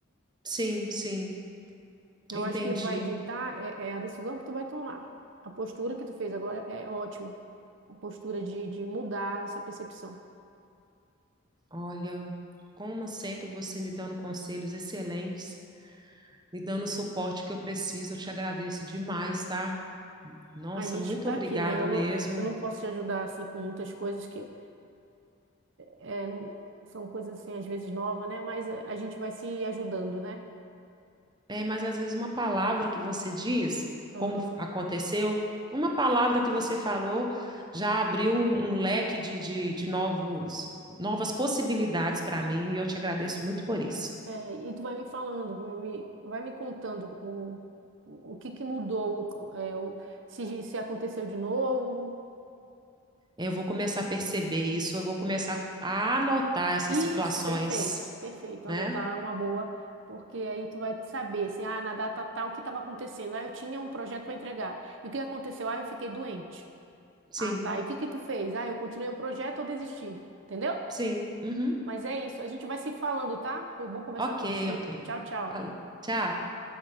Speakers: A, on the right; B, on the right.
A: sim, sim,
B: Eu
A: entendi.
B: acho que vai ditar é, é a decisão que tu vai tomar. A postura que tu fez agora é ótima. A postura de, de mudar essa percepção.
A: Olha, como sempre você me dando conselhos excelentes, me dando o suporte que eu preciso, eu te agradeço demais, tá? Nossa,
B: A gente
A: muito
B: tá
A: obrigado
B: aqui, né? Eu
A: mesmo.
B: não, eu eu não posso te ajudar assim com muitas coisas que é, não- são coisas assim às vezes novas, né? Mas é, a gente vai se ajudando, né?
A: É, mas às vezes uma palavra que você diz,
B: Aham.
A: como aconteceu, uma palavra que você falou já abriu um, um leque de, de, de novos, novas possibilidades para mim e eu te agradeço muito por isso.
B: É, e tu vai me falando, me- vai me contando o, o o que que mudou, o- é, o- se, se aconteceu de novo.
A: eu vou começar a perceber isso, eu vou começar a anotar essas
B: Isso,
A: situações,
B: perfeito, perfeito.
A: né?
B: Anotar é uma boa, porque aí tu vai saber, assim, ah, na data tal, o que estava acontecendo? Ah, eu tinha um projeto para entregar. E o que aconteceu? Ah, eu fiquei doente.
A: Sim,
B: Ah, tá. E o que que tu fez? Ah, eu continuei o projeto ou desisti? Entendeu?
A: sim. Uhum.
B: Mas é isso. A gente vai se falando, tá? Foi bom conversar
A: Ok,
B: contigo.
A: ok.
B: Tchau, tchau.
A: Falou. Tchau.